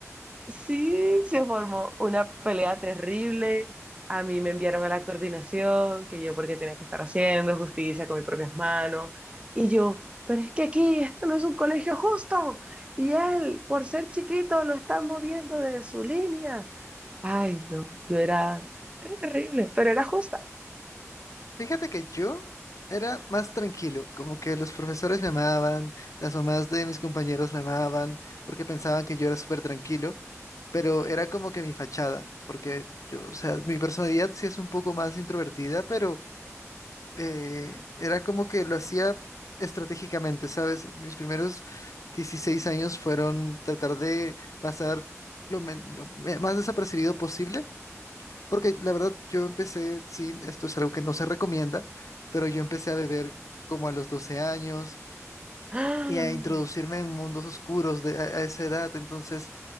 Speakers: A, on the right; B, on the left.
A: Sí, se formó una pelea terrible. A mí me enviaron a la coordinación, que yo porque tenía que estar haciendo justicia con mis propias manos. Y yo, pero es que aquí esto no es un colegio justo. Y él, por ser chiquito, lo están moviendo de su línea. Ay, no, yo era, era terrible, pero era justa.
B: Fíjate que yo era más tranquilo, como que los profesores me amaban, las mamás de mis compañeros me amaban porque pensaban que yo era súper tranquilo. pero era como que mi fachada, porque yo, o sea, mi personalidad sí es un poco más introvertida, pero eh, era como que lo hacía estratégicamente, ¿sabes? Mis primeros 16 años fueron tratar de pasar lo, men- lo me- más desapercibido posible, porque la verdad yo empecé, sí, esto es algo que no se recomienda, pero yo empecé a beber como a los 12 años
A: <laughs>
B: y a introducirme en mundos oscuros de, a a esa edad, entonces